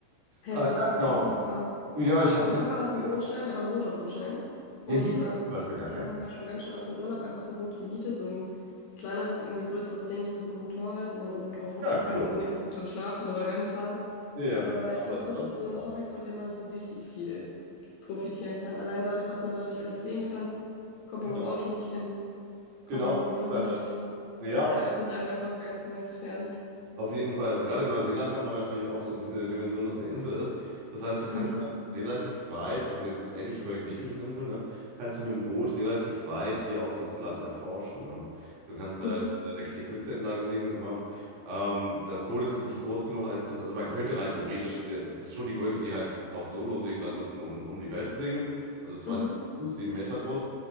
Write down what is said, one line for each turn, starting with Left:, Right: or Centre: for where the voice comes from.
Left: Hey,
Right: Äh,
Left: aber
Right: ja,
Left: das ist
Right: genau.
Left: echt super.
Right: Ja, ich habe
Left: Mein
Right: es jetzt.
Left: Papa hat einen
Right: Ja,
Left: Bootschein, aber einen Motorbootschein. Und
Right: hier gibt's
Left: ähm,
Right: zum Beispiel gar
Left: dann
Right: keinen.
Left: haben wir schon ganz schön auf dem Urlaub einfach ein Boot gemietet, so ein kleineres, irgendwie ein größeres Dingi mit einem Motor halt, wo man oben drauf hocken
Right: Ja,
Left: kann.
Right: cool.
Left: Also nichts zum drin schlafen oder Rennen fahren.
Right: Ja,
Left: Aber
Right: aber
Left: ich glaube, das
Right: sonst
Left: ist
Right: viel
Left: so
Right: Spaß.
Left: ein Hobby, von dem man so richtig viel profitieren kann. Allein dadurch, was man dadurch alles sehen kann, kommt
Right: Genau.
Left: man mit dem Auto nicht hin, kommt
Right: Genau,
Left: man mit dem
Right: das
Left: Schwimmen
Right: ist halt
Left: nicht
Right: das.
Left: hin.
Right: Ja, auch
Left: Eröffnet einem einfach ein ganz neues Fern.
Right: Auf jeden Fall. Und gerade in Neuseeland hat man natürlich auch so diese Dimension, dass es eine Insel ist. Das heißt, du kannst
Left: Mhm,
Right: halt relativ weit, also jetzt ähnlich wie bei den griechischen Inseln, ne, kannst du mit dem Boot relativ weit hier auch das Land erforschen. Ne? Du kannst halt
Left: mhm,
Right: äh, der- die Küste entlang segeln immer. Ähm, das Boot ist jetzt nicht groß genug, als das, also man könnte rein theoretisch, äh, es ist schon die Größe, die halt auch Solosegler nutzen, um, um die Welt zu segeln. Also 22
Left: mhm.
Right: Fuß, 7 Meter groß.